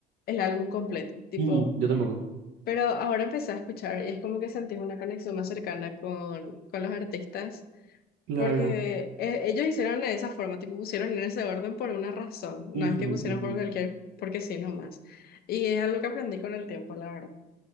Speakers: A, on the left; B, on the right.
A: el álbum completo. Tipo,
B: Mm, yo tampoco.
A: pero ahora empecé a escuchar y es como que sentí una conexión más cercana con, con los artistas
B: Claro.
A: Porque eh, ellos hicieron de esa forma, tipo pusieron en ese orden por una razón, no
B: Ujú,
A: es que pusieron
B: ujú.
A: por cualquier, porque sí, nomás. Y es algo que aprendí con el tiempo, la verdad.